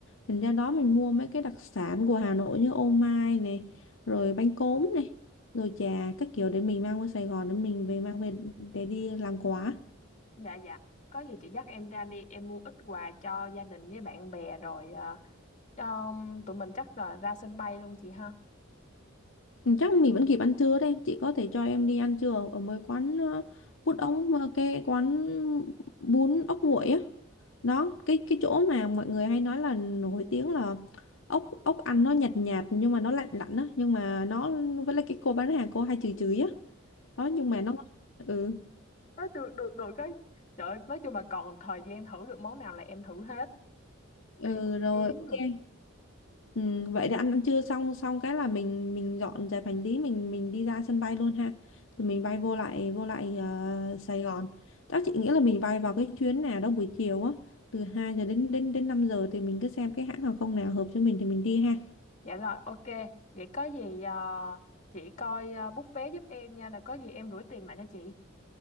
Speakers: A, on the left; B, on the left.
A: Mình ra đó mình mua mấy cái đặc sản của Hà Nội như ô mai này, rồi bánh cốm này, rồi trà các kiểu để mình mang qua Sài Gòn để mình về mang về để đi làm quà.
B: dạ dạ có gì chị dắt em ra đi em mua ít quà cho gia đình với bạn bè rồi à, um, tụi mình chắc là ra sân bay luôn chị ha
A: Ừ, Chắc mình vẫn kịp ăn trưa đấy, chị có thể cho em đi ăn trưa ở ở mấy quán ờ, bún ống ờ, cái quán bún ốc nguội á. Đó, cái cái chỗ mà mọi người hay nói là nổi tiếng là ốc ốc ăn nó nhạt nhạt nhưng mà nó lạnh lạnh á, nhưng mà nó với lại cái cô bán hàng cô hay chửi chửi á. Đó nhưng mà nó ngon. ừ.
B: Ờ, được được được cái trời ơi, nói chung là còn thời gian thử được món nào là em thử hết
A: ừ
B: đi một
A: rồi
B: chuyến
A: ok
B: mà
A: ừ, vậy để ăn ăn trưa xong xong cái là mình mình dọn dẹp hành lý mình mình đi ra sân bay luôn ha rồi mình bay vô lại vô lại ờ, Sài Gòn chắc chị nghĩ là mình bay vào cái chuyến nào đó buổi chiều á từ 2 giờ đến đến đến 5 giờ thì mình cứ xem cái hãng hàng không nào hợp cho mình thì mình đi ha
B: dạ rồi ok vậy có gì à, chị coi à, book vé giúp em nha là có gì em gửi tiền lại cho chị